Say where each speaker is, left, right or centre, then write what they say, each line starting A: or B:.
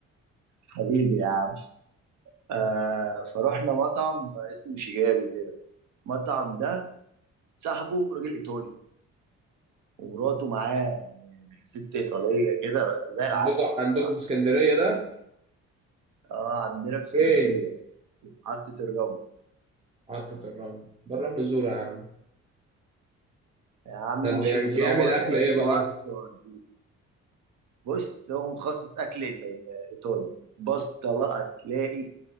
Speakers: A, on the right (about 75°); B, on the right (about 20°).
A: حبيبي يا عم آه فروحنا مطعم اسمه شيجابي كده المطعم ده صاحبه راجل ايطالي ومراته معاه ست ايطاليه كده زي
B: عندكم
A: العسل
B: عندكم
A: الصراحه
B: في اسكندريه ده
A: اه عندنا في اسكندريه
B: فين
A: في محطه الرمل
B: محطه الرمل بره الرمل زوره يا عم
A: يا عم
B: ده بيعمل
A: شوف تنور
B: بيعمل اكل
A: في اي
B: ايه بقى
A: وقت وهديك. بص هو متخصص اكل إيط- ايطالي باستا بقى تلاقي